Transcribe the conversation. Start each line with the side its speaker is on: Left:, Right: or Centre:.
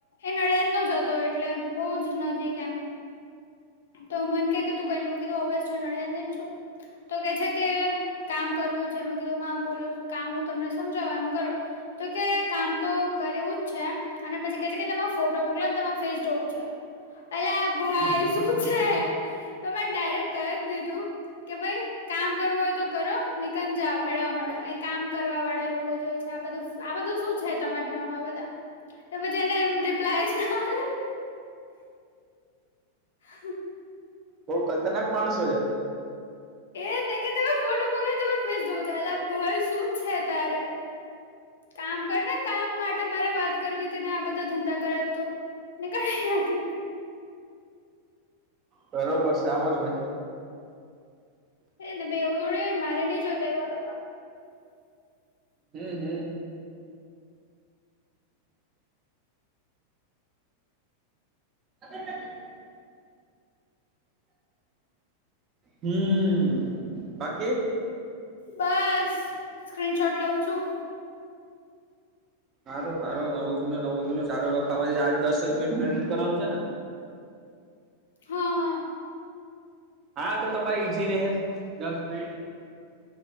Left: એના યાદ ન જતો એટલે બહુ જ નજીક એમ તો મન કે કે તું કઈને અભસ છ નડિયાદ ને જ છું. તો કે છે કે કામ કરવું છે, એમાં કીધું હા બોલો કામ હું તમને સમજાવ એમ કરો, તો કે કામ તો કરેવું જ છે. અને પછી કે છે કે તમારે ફોટો મોકલેને તમારે ફેસ જોવું છે. એટલે,
Right: હ,
Left: છે તો મેં ડાયરેક્ટ ક જ દીધું કે ભાઈ, કામ કરવું હોય તો કરો નનીકન જાઓ, હેળવા મળે એ કામ કરવા વાળા લોકો જોવે છે આ બધું આ બધું શું છે તમા ડ્રામા બધા તો પછી એને રિપ્લાય જ ના આલ્યો હ,
Right: બહુ ખતરનાક માણસો છે.
Left: એ કે તમે ફોટો મોકલ તમારી ફેસ જોવુ છે ચલે ભાય શું જ છે તારે. કામ કર ને કામ માટે મારે વાત કરવી હતી, ને આ બધા ધંધા કર તું. નીકળ અહિયાં થી.
Right: બરોબર આમ જ હોય.
Left: ને ભાઈ એવું થોડે મારે નઈ જોતા એવા લોકો.
Right: હમ્મ હમ્મ. અ <unintelligible> હમ્મ બાકી
Left: બસ સ્ક્રીનશોટ લઉ છું.
Right: સારું સારું નવું જૂનું નવું જૂનું ચાલુ રાખવાવામાં, આજ દસ જ મિનિટ એડિટ કરવાનું છે ને.
Left: હા હા.
Right: હા તો તમારે ઈઝી રહે દસ મિનિટ.